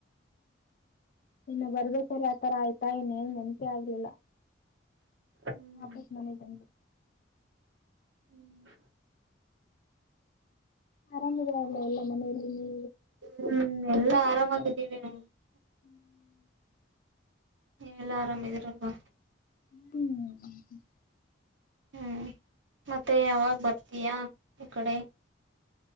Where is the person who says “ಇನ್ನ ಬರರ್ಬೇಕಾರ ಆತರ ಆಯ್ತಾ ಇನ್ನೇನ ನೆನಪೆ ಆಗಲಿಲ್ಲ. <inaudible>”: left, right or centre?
Left